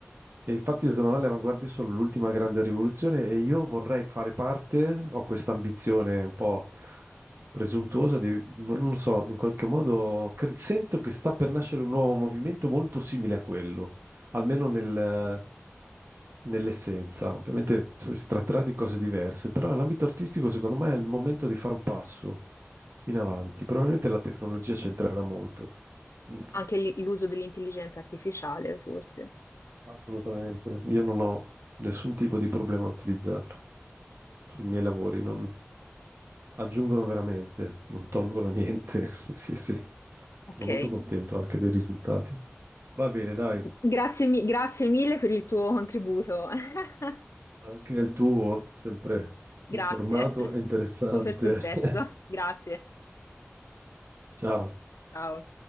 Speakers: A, on the right; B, on the left.
A: E infatti, secondo me, le avanguardie sono l'ultima grande rivoluzione e io vorrei fare parte, ho questa ambizione un po' presuntuosa di, non lo so, in qualche modo cre- sento che sta per nascere un nuovo movimento molto simile a quello, almeno nel, nell'essenza. Ovviamente so- si tratterà di cose diverse, però nell'ambito artistico secondo me è il momento di fare un passo in avanti. Probabilmente la tecnologia c'entrerà molto. Mm,
B: Anche lì l'uso dell'intelligenza artificiale, forse.
A: Assolutamente. Io non ho nessun tipo di problema a utilizzarla sui miei lavori, non aggiungono veramente, non tolgono niente. <laughs> Sì, sì.
B: Ok.
A: Sono molto contento anche dei risultati. Va bene, dai,
B: Grazie, mi- grazie mille per il tuo contributo. <laughs>
A: anche il tuo, sempre
B: Grazie.
A: informato e interessante.
B: Super sul pezzo.
A: <laughs>
B: Grazie.
A: Ciao.
B: Ciao.